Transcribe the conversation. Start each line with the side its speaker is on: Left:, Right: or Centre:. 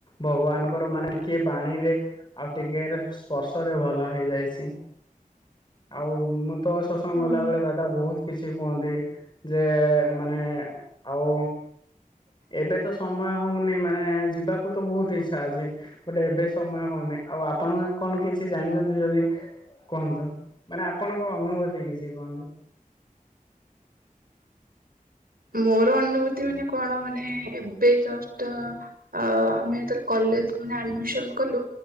Left: ଭଗବାନଙ୍କର ମାନେ ଟିକେ ବାଣୀରେ ଆଉ ଟିକେ ପର୍ଶରେ ଭଲ ହେଇଯାଇଛି। ଆଉ ମୁଁ ତ ସସଂଗ
Right: ହଁ।
Left: ଗଲାବେଳେ ଗା ତ ବହୁତ କିଛି କୁହନ୍ତି ଯେ ମାନେ ଆଉ ଏବେ ତ ସମୟ ହଉନି ମାନେ ଯିବାକୁ ତ ବହୁତ ଇଚ୍ଛା ଅଛି। ଗୋଟେ ଏବେ ସମୟ ହଉନି, ଆଉ ଆପଣ କଣ କିଛି ଜାଣିଚନ୍ତି ଯଦି କୁହନ୍ତୁ, ମାନେ ଆପଣଙ୍କ ଅନୁଭୂତି କିଛି କୁହନ୍ତୁ।
Right: ମୋର ଅନୁଭୂତି ମାନେ କଣ ମାନେ ଏବେ ଜଷ୍ଟ ଅ, ଆମେ ଯେତେବେଳେ କଲେଜ୍ ମାନେ ଆଡମିସନ୍ କଲୁ।